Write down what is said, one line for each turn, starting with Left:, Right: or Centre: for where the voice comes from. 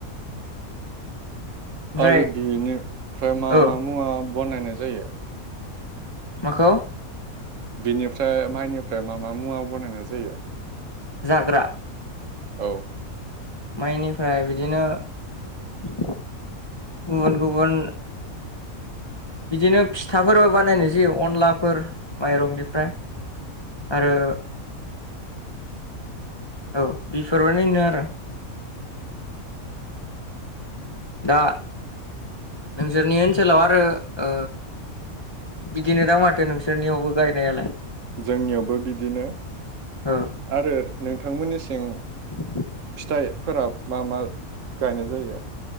Right: <inaudible>
Left: ओमफ्राय
Right: आरो बिनिफ्राय मा
Left: ओ
Right: मा मुवा बानायनाय जायो?
Left: माखौ
Right: बिनिफ्राय माइनिफ्राय मा मा मुवा बानायनाय जायो।
Left: जाग्रा
Right: औ
Left: माइनिफ्राय बिदिनो गुबुन गुबुन बिदिनो फिथाफोरबो बानायबो जायो अनलाफोर माइरंनिफ्राय आरो औ बेफोर बानायनो आरो दा नोंसोरनि ओनसोलाव आरो ओ बिदिनो दा माथो नोंसोरनियावबो गायनायालाय।
Right: जोंनियावबो बिदिनो
Left: ओ
Right: आरो नोंथांमोननि सिं
Left: <inaudible>
Right: फिथाइफोरा मा मा गायनाय जायो?